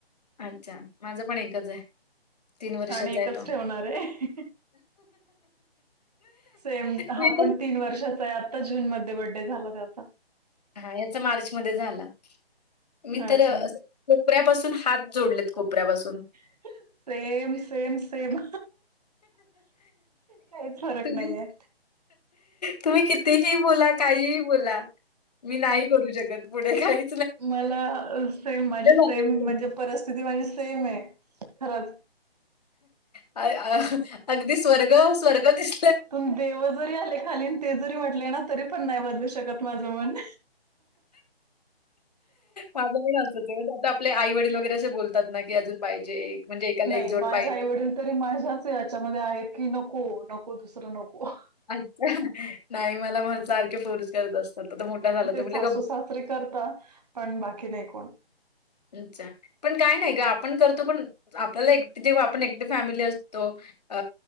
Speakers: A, on the left; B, on the right.
A: अच्छा माझं पण एकच आहे. तीन वर्षाचा
B: आणि एकच
A: आहे तो
B: ठेवणार आहे सेम हा
A: मी तर
B: पण तीन वर्षाचा आहे आता जून मध्ये बर्डे झाला त्याता
A: हा याचा मार्च मध्ये झाला. मी तर
B: अच्छा
A: अस कोपऱ्यापासून हात जोडलेत कोपऱ्यापासून
B: <unintelligible> सेम सेम. काहीच फरक
A: तुम्ही?
B: नाहीये
A: तुम्ही कितीही बोला काहीही बोला. मी नाही करू शकत पुढे काही
B: मला सेम माझी
A: झाले
B: सेम
A: मी तर.
B: म्हणजे परिस्थिती माझी सेम आहे खरंच.
A: अ अगदी स्वर्ग स्वर्ग दिस
B: तुम देव जरी आले खालीन ते जरी म्हटले ना तरी पण नाही बले. शकत माझ म्हण.
A: माझं पण असत ते आता आपले आई वडील वगैरे असे बोलतात ना की अजून पाहिजे एक म्हणजे एकाला
B: नाही
A: एक जोड
B: माझ्या
A: पाहिजे.
B: आईवडील तरी माझ्याच याच्यामध्ये आहेत की नको नको दुसरं नको.
A: अच्छा नाही मला म्हण सारखे फोर्स करत असत. आ मोठा झाला
B: ते
A: तर म्ह
B: सासू सासरे करता पण बाकी नाही कोण.
A: अच्छा. पण काय नाही ग आपण करतो पण आपल्याला एक जेव्हा आपण एकटि फॅमिली असतो. अ